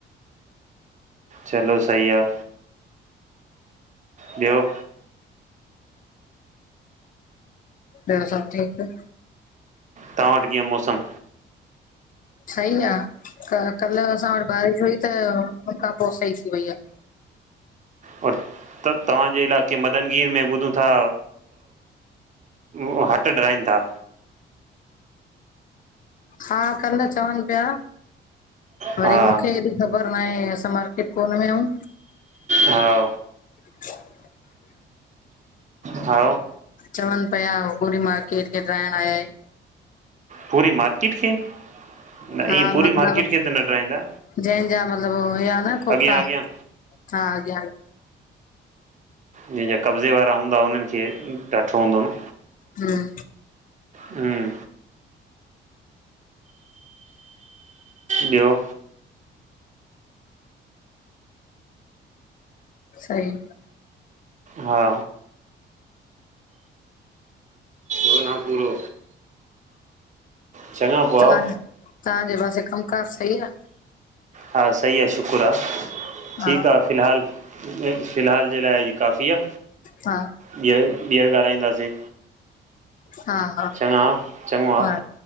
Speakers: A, on the right; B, on the left.
A: चलो सही आ। ॿियो?
B: ॿियो सभु ठीकु।
A: तां वटि कीअं मौसम?
B: सई आ क कल्हि असां वटि बारिश हुई त, हुन खां पो सई थी वई आ।
A: और त तव्हांजे इलाक़े मदनगीर में ॿुधूं था। वो हट डहिनि था।
B: हा कल्हि चवनि पीया, वरी
A: हा
B: मूंखे ख़बर नाहे असां मार्केट कोनि वया हूं।
A: हा
B: <inaudible>
A: हा
B: चवनि पिया पूरी मार्केट खे ॾाहण आया आहिनि।
A: पूरी मार्किट खे? न
B: हा
A: ईअ पूरी
B: मतिलबु
A: मार्किट खे त न ॾहिंदा,
B: जंहिंजा मतिलबु हुया न खोखा
A: अॻियां अॻियां
B: हा अॻियां।
A: जे जा कब्ज़े वारा हूंदा हननि खे, ॾाठो हूंदो न।
B: हूं
A: हूं ॿियो?
B: सही
A: हा गुना पूरो चङा पो
B: तव्हां
A: आयो
B: तव्हांजे पासे कमुकारु सही आ।
A: हा सही आ शुक्र आ,
B: हा
A: ठीकु आ फ़िलहाल फ़िलहाल जे लाइ ही काफ़ी आ,
B: हा
A: ॿीहर ॻाल्हाईंदासे।
B: हा। हा
A: चङाउ, चङो आ,
B: हा